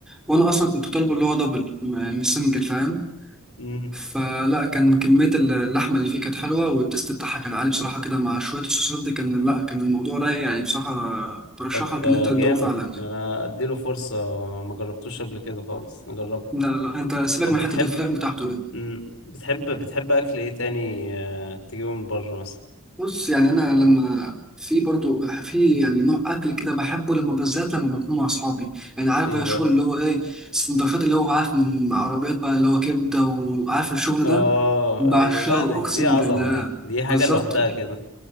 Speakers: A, in the centre; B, on the left.
A: وأنا أصلا كنت طالبه اللي هو دبل م- مش سنجل فاهم
B: امم
A: فلا كان كمية اللحمة اللي فيه كانت حلوة والتست بتاعها كان عالي بصراحة كده مع شوية الصوصات دي كان لا كان الموضوع رايق يعني بصراحة برشحك
B: طب آه،
A: إن أنت تدوقه
B: جامد
A: فعلا يعني
B: انا اديله فرصة ما جربتوش قبل كده خالص نجربه
A: لا لا أنت سيبك
B: طب
A: من
B: بتحب
A: حتة الفراخ بتاعته دي
B: مم. بتحب بتحب اكل ايه تاني آه، تجيبه من بره مثلا
A: بص يعني أنا لما في برضو في يعني نوع أكل كده بحبه لما بالذات لما بكون مع أصحابي يعني عارف
B: ايه
A: بقى
B: بقى
A: الشغل اللي هو إيه السندوتشات اللي هو عارف من عربيات بقى اللي هو كبدة وعارف الشغل
B: اه
A: ده بعشقه
B: ايوه لا دي, دي
A: أقسم
B: عظمة
A: بالله
B: دي دي حاجة
A: بالظبط
B: لوحدها كده